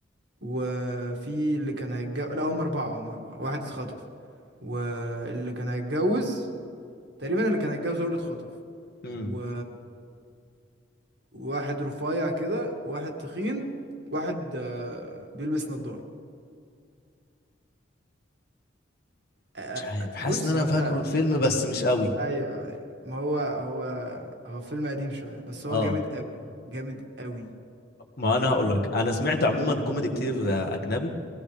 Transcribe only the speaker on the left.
امم
مش عارف
حاسس
ان انا
فاكره الفيلم بس مش قوي
اه
ما انا
هقول لك انا سمعت عموما كوميدي كتير آه، اجنبي